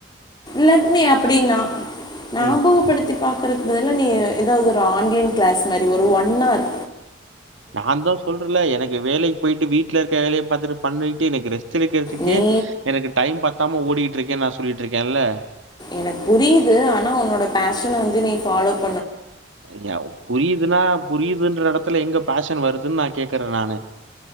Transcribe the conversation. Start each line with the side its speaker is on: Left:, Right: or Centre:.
Left: லெட் மீ அப்டின்னா ஞாபக
Right: ம்.
Left: படுத்தி பாக் குறத்து பதிலா நீ ஏதாவ்து ஒரு ஆன்லைன் க்ளாஸ் மாறி ஒரு ஒன் ஆர்
Right: நா தா சொல்றல எனக்கு வேலக் போய்ட்டு வீட்டுல இருக்க வேலைய பாத்துட்டு பண்ணிட்டு எனக்கு ரெஸ்டு எடுக்கிறதுக்கே
Left: நீ
Right: எனக்கு டைம் பத்தாம ஓடிகிட்டுருக்கே நா சொல்லிட்ருக்கேன்ல
Left: எனக்கு புரியுது ஆனா உன்னோட பேஷன வந்து நீ ஃபாலோப்
Right: ய புரியுதுனா புரியுதுன்ற எடத்துல எங்க ஃபேஷன் வருதுன்னு நா கேக்குறே நானு